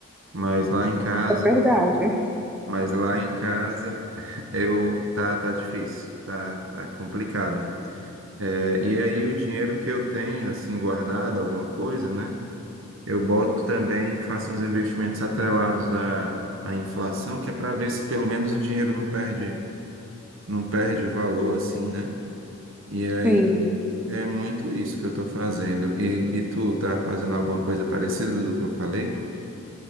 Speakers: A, on the right; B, in the centre.
A: Mas lá em casa
B: é verdade.
A: Mas lá em casa <laughs> eu tá tá difícil, tá, tá complicado. É, e aí o dinheiro que eu tenho assim guardado, alguma coisa, né? Eu boto também, faço uns investimentos atrelados à, à inflação, que é para ver se pelo menos o dinheiro não perde não perde o valor assim, né? E aí
B: Sim.
A: é muito isso que eu estou fazendo. E, e tu tá fazendo alguma coisa parecida do que eu falei?